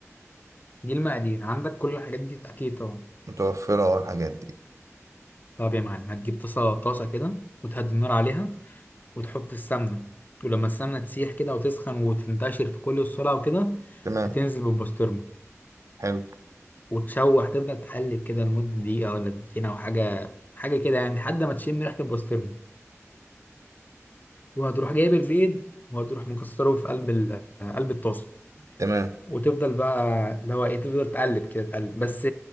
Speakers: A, on the left; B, on the right.
A: دي المقادير عندك كل الحاجات دي أكيد طبعا
B: متوفره والحاجات دي
A: طب يا معلم هتجيب طاسة طاسة كده وتهدي النار عليها وتحط السمنة ولما السمنة تسيح كده وتسخن وتنتشر في كل السرعة وكده
B: تمام
A: هتنزل
B: تمام
A: بالبسطرمة
B: حلو
A: وتشوح تفضل تقلب كده لمدة دقيقة ولا دقيقتين أو حاجة حاجة كده يعني لحد ما تشم ريحة البسطرمة وهتروح جايب البيض وهتروح مكسره في قلب ال- قلب الطاسة
B: تمام
A: وتفضل بقى اللي هو ايه تفضل تقلب كده تقلب بس